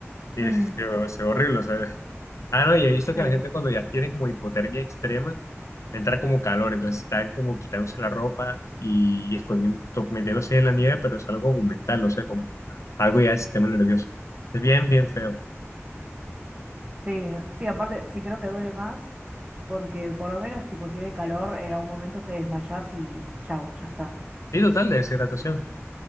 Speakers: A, on the left; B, on the right.
A: y
B: mm,
A: es, se, ve se ve horrible, ¿sabes? Ah, no, y he visto
B: sí,
A: que la gente cuando ya tiene como hipotermia extrema, le entra como calor, entonces están como quitándose la ropa y escondiendo, to- metiéndose en la nieve, pero es algo mental, no sé, como algo ya del sistema nervioso. Es bien, bien feo.
B: sí, sí, aparte sí creo que duele más porque por lo menos tipo si hay calor en algún momento te desmayás y, y chau, ya está.
A: Sí, total, de deshidratación,